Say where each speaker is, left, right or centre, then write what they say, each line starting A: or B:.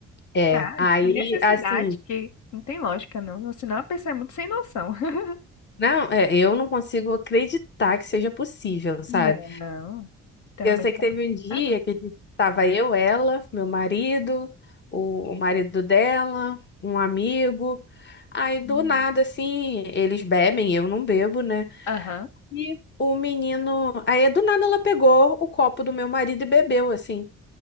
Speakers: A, on the left; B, on the left.
A: é.
B: Ah,
A: Aí,
B: sem necessidade,
A: assim,
B: que não tem lógica, não. Senão a pessoa é muito sem noção. <laughs>
A: Não, é, eu não consigo acreditar que seja possível, sabe?
B: Não, também
A: Eu sei
B: não
A: que
B: dá
A: teve
B: pra acreditar,
A: um dia
B: não.
A: que a gente tava eu, ela, meu marido, o, o marido dela, um amigo. Aí do
B: Hum.
A: nada, assim, eles bebem, eu não bebo, né?
B: Aham.
A: E o menino. Aí do nada ela pegou o copo do meu marido e bebeu, assim.